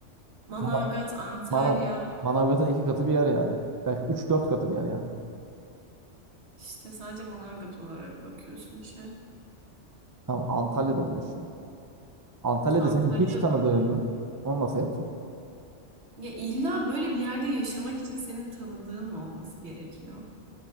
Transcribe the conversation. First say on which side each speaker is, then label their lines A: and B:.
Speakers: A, on the right (about 60°); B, on the right (about 25°).
A: Manavgat,
B: Mana-
A: Antalya.
B: Manav Manavgat'ın iki katı bir yer yani. Belki üç dört katı bir yer yani.
A: işte sadece Manavgat olarak bakıyorsun işe.
B: Tamam Antalya'da mı yaşıyorsun? Antalya'da
A: Antalya.
B: senin hiç tanıdığın yok. Onu nasıl yapacaksın?
A: Ya illa böyle bir yerde yaşamak için senin tanıdığın mı olması gerekiyor?